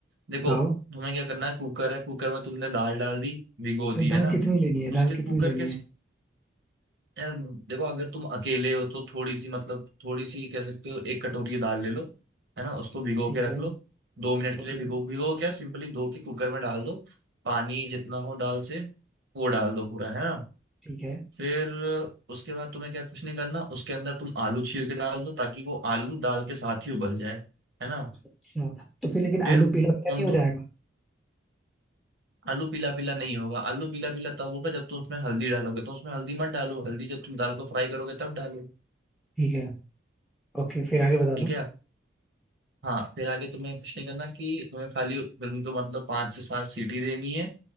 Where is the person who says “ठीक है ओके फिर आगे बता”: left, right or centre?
Centre